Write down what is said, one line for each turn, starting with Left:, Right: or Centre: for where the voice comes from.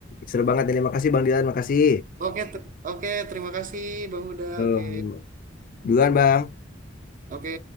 Left: Seru banget ini. Makasih Bang Dilan, makasih.
Right: Oke ter- oke terima kasih Bang Huda.
Left: Tuh.
Right: Oke.
Left: Duluan Bang.
Right: Oke.